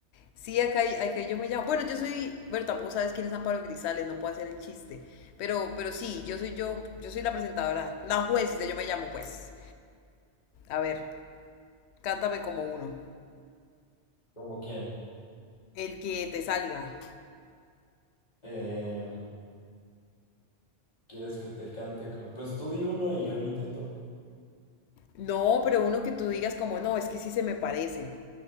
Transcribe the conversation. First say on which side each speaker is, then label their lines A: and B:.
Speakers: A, on the left (about 85°); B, on the left (about 40°).
A: Sí, acá, hay- acá yo me llamo. Bueno, yo soy. Bueno, tampoco sabes quién es Amparo Grisales, no puedo hacer el chiste. Pero, pero sí, yo soy yo, yo soy la presentadora, la juez de Yo me llamo, pues. A ver, cántame como uno.
B: ¿como quién?
A: El que te salga.
B: Eh, ¿quieres que te cante? con- Pues tú di uno y yo lo intento.
A: No, pero uno que tú digas como, no, es que sí se me parece.